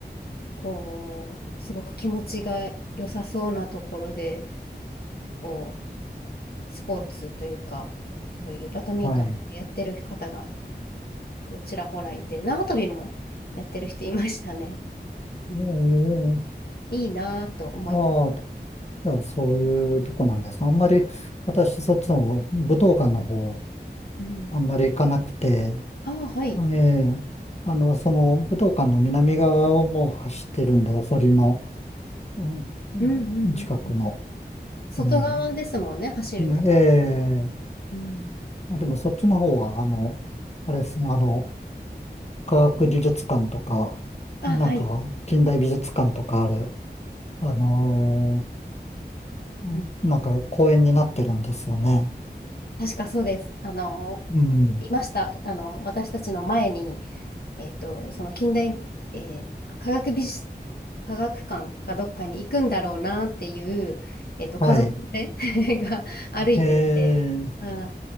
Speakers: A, on the left; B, on the left.
A: こう、すごく気持ちが良さそうなところで、こう、スポーツというか、そういうバドミントンをやってる方が、
B: はい。
A: こう、ちらほらいて、縄跳びもやってる人いましたね。うん、
B: おー、
A: いいなぁと思います。
B: ああ、じゃあそういうとこなんですね。あんまり、私、そっちの武道館の方、
A: うん、
B: あんまり行かなくて、
A: ああ、はい。
B: ええ、あの、その武道館の南側をもう走ってるんで、お堀の、うんうん近くの。
A: うんうんうんうん外側ですもんね、
B: うん。
A: 走るってなる。
B: ねええ、
A: うん。
B: あ、でもそっちの方は、あの、あれですね、あの、科学技術館とか、
A: あ、
B: なんか近代美術館とかある、
A: はい。
B: あのーなんか公園になってるんですよね。
A: うん。確かそうです。あの、
B: うん。
A: いました。あの、私たちの前に、えっと、その近代、えー科学美術、科学館かどっかに行くんだろうなっていう、えっと、
B: はい。
A: 家族連れ <laughs> が歩いてて、
B: へえ、
A: あ、